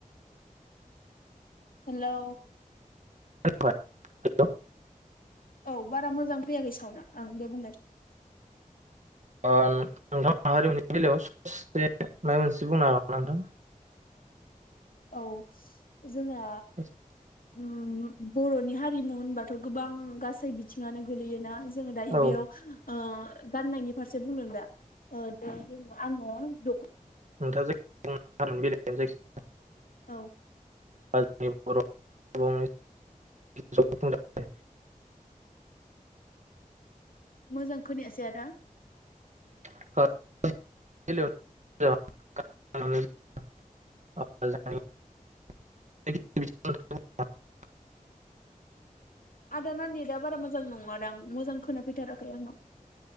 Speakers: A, on the left (about 80°); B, on the right (about 55°).
A: हेलौ
B: खोनायाखय? हेलौ
A: औ बारा मोजां फैयाखै सावनआ ओं दे बुंलाय।
B: अ ओ नोंथांआ हारिमुनि बेलायाव ससे मायबा मोनसे बुंनो हागोनना नोंथां?
A: औ जोंङा
B: नोंथां
A: उम बर'नि हारिमु होनबाथ'गोबां गासै बिथिङानो गोलैयोना जोङो दायो
B: औ
A: बेयाव ओ गाननायनि फारसे बुंदों दा? ओ दा जोङो आंङो द
B: नोंथाङां जायखो बुङो हारिमुनि बेलायाव जायखिजाया।
A: औ
B: <unintelligible>
A: मोजां खोनायासै आदा।
B: <unintelligible>
A: आदाना नेटआ बारा मो जां नङादां मोजां खोनाफैथाराखै आंनाव